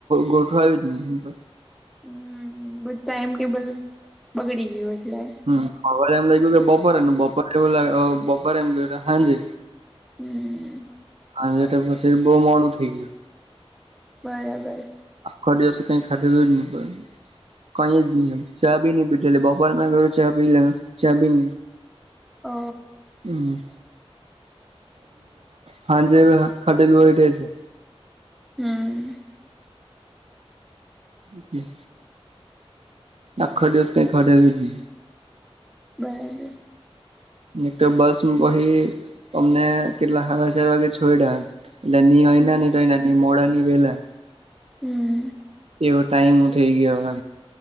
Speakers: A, on the right; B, in the centre.
A: ગોઠું આવ જ નહી.
B: હમ બધું ટાઈમ ટેબલ બગડી ગયું એટલે
A: હ બ એમ લાગય્યું કે બપોરે ને બપોરે એવું લ બપોરે એમ ગયું હાજે
B: હમ
A: આ એટ પછી બોવ મોડુ ન થઈ ગયું
B: બરાબર!
A: આખો દિવસો કઈ ખાતેું જ નહી પડે કઈ નહી બી નહી એટલે બપોર ના લ ચયા પી લ ચા પી
B: ઓ
A: હમ! હાજ ખટેેલું હોય છે.?
B: હમ!
A: જચ ના આખો ડિવસ કંઈન ખાધુ.
B: બર
A: ન તો બસ વહી અમને કેટલા સાડા ચાર વાગે છોઈડયા. એટલે હોના
B: હમ
A: ની તોય મોડાની પેલા
B: હમ,
A: એવો ટાઈમ હું થઇ ગયો.